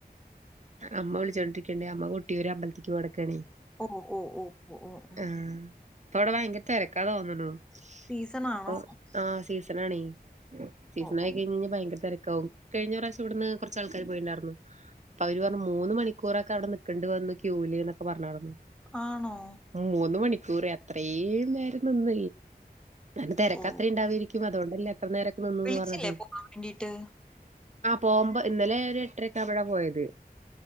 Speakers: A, on the right; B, in the centre.
A: അമ്മ വിളിച്ചോണ്ടിരിക്കണ്ടേ അമ്മ കുട്ടിയ ഒരുര് അമ്പലത്തേക്ക് കൊടക്കണേ
B: ഓ ഓ ഓ ഓ ഓ ഉം.
A: ആഹ തുട ഭാങ്കിരത്തെ വരക്കാതെ തോന്നണു
B: സീസണാണോ?
A: അപ്പൊ ആഹ സ ഇനണ സീസണ
B: ഓ,
A: ആയി
B: ഓ.
A: കഴിഞ്ഴിഞ്ഞാ ഭയങ്കര കഴിഞ്ഞ പ്ര്രാവശ്യം ഇവിടുന്ന് കുറച്ച് ആൾക്കാർ പോയിട്ടണ്ടായിരുന്നു അപ്പൊ അവര് പറഞ്ഞു മൂന്ന് മണിക്കൂറൊക്കെ അവിടെ നിിക്കക്കണ്ടണ്ട് വന്ന് ക്യൂല് എന്നൊക്കെ പറഞ്ഞായിരുന്നു
B: ആണോ
A: മൂന്ന് മണിക്കൂർ അത്രയും നേരം നിന്ന ന തിരക്ക
B: ഓ.
A: അത്ര ഉണ്ടാവരിക്കും അതുകൊണ്ടല്ലേ എത്ര നേരന്നന്ന്
B: വിളിച്ചില്ലേ
A: പറഞ്ഞത്
B: പോവാൻ വേണ്ടീട്ട്?
A: പോകുമ്പോ ഇന്നലെ ഒരു എട്ടരക്കാണ് അവിടൊ പോയത്